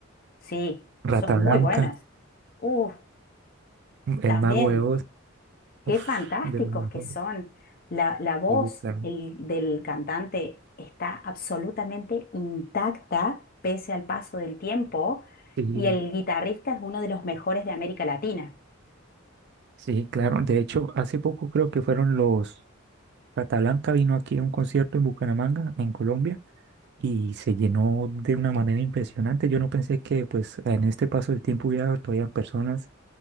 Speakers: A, on the left; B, on the right.
A: sí,
B: Rata
A: son muy
B: Blanca,
A: buenos. Uf,
B: mm, El
A: también.
B: Mago de Oz,
A: Qué
B: uf,
A: fantásticos
B: de los mejores.
A: que son. La, la voz
B: Sí, claro.
A: el- del cantante está absolutamente intacta pese al paso del tiempo
B: Sí,
A: y el guitarrista es uno de los mejores de América Latina.
B: sí, claro. De hecho, hace poco creo que fueron los Catalanca, vino aquí a un concierto en Bucaramanga, en Colombia, y se llenó de una manera impresionante. Yo no pensé que pues en este paso del tiempo hubiera todavía personas